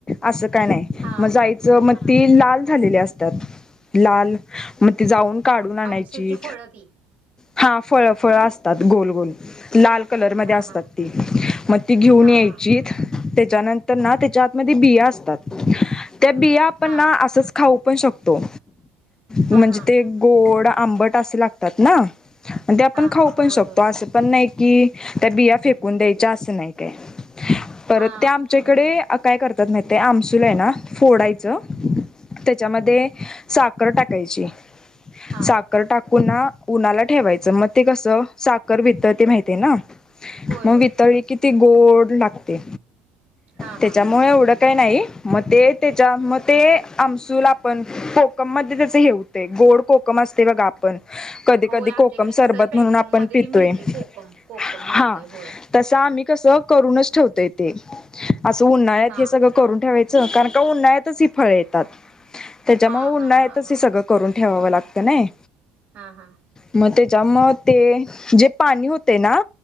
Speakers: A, on the left (about 20°); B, on the right (about 45°).
A: असं काय नाही.
B: हा
A: मग जायचं मग ते लाल झालेली असतात लाल मग ती जाऊन काढून आणायची.
B: आमसूलची फळं ती
A: हा फळ फळं असतात गोल गोल लाल कलर मध्ये
B: हा
A: असतात
B: हा
A: ते मग ते घेऊन
B: हा
A: यायचीत
B: हा
A: तेज्यानंतर ना तेज्या आतमध्ये बिया असतात, त्या बिया आपण
B: हा
A: ना असच खाऊ पण शकतो. म्हंजे
B: हा हा
A: ते गोड, आंबट असे लागतात ना. अन् ते आपन
B: हा
A: खाऊ
B: हा
A: पन
B: होय
A: शकतो
B: होय
A: असं पन नाई कि त्या बिया फेकून द्यायच्या असं नाय काय. परत
B: हा
A: ते आमच्या इकडे अ काय करतात माहिताय आमसूल हाय ना फोडायचं. त्याच्यामध्ये साखर टाकायची.
B: हा
A: साख साकर टाकून उन्हाला ठेवायचं मग ते कसं साखर वित ते माहिती आहे ना.
B: होय
A: मग
B: होय
A: वितळी कि ती गोड लागते.
B: हा
A: त्याच्यामुळे
B: हा
A: एवढं काही नाही मग ते त्याच्या मग ते आमसूल आपण कोकम मध्ये त्याच हे होते गोड कोकम असते बगा प कधी
B: होय
A: कधी
B: आमच्या
A: कोकम
B: इकडे
A: सरबत
B: कसं पॅकिंगमध्ये
A: म्हणून आपण पितोय
B: ते मिळते कोकम कोकम
A: हा.
B: मिळतय होय
A: तसं आम्ही कसं करूनच ठेवतोय ते असं उन्हाळ्यात
B: हा
A: हे सगळं करून ठेवायचं कारण का उन्हाळतच ही फळ येतात त्याच्यामुळे
B: हा
A: उनंड
B: हा हा
A: यच
B: हा
A: हे सगळं
B: हा
A: करून ठेवावं लागतं नाही
B: हा हा
A: मग त्याच्या मग ते जे पाणी होते ना